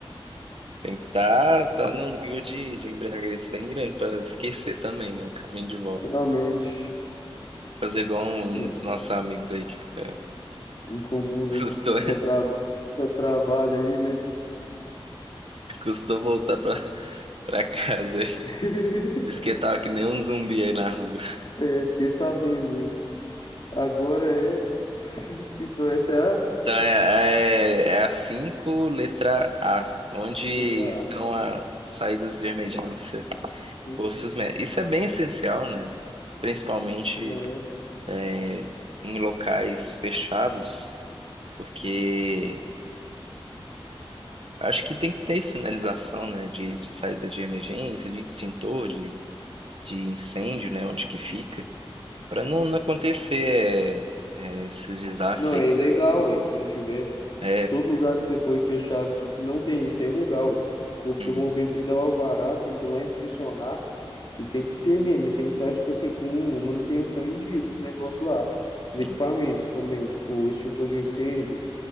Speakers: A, on the right; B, on the left.
A: Tem que estar tá, tá num nível de, de embriaguez bem grande para esquecer também, né? O caminho de volta.
B: Realmente,
A: Fazer igual um
B: né?
A: dos nossos amigos aí que fica.
B: Incomum, né?
A: <laughs> Custou,
B: Dá, tra... Dá trabalho aí, né?
A: custou voltar pra, pra casa. aí.
B: <laughs>
A: Diz que tava que nem um zumbi aí na rua.
B: É, fiquei sabendo isso. Agora é. <laughs> Então essa é a
A: Então é, é, é a 5 letra A, onde
B: letra
A: estão
B: A.
A: as saídas de emergência,
B: Isso.
A: postos médicos. Isso é bem essencial, né? Principalmente
B: É.
A: é, em locais fechados, porque. Acho que tem que ter sinalização, né, de, de saída de emergência, de extintor, de, de incêndio, né, onde que fica, para não, não acontecer é, é, esses desastres
B: Não, é
A: aí.
B: ilegal,
A: né?
B: aí, se não tiver.
A: É,
B: Todo lugar que você for e fechado que não tem isso é ilegal, aí. Corpo
A: uhum,
B: de bombeiro tem que dar o alvará, tem que ir lá inspecionar e tem que ter mesmo, e tem que estar, tipo assim, com manutenção em dia dos negócios lá,
A: sim.
B: dos equipamentos também, tipo, extintor de incêndio,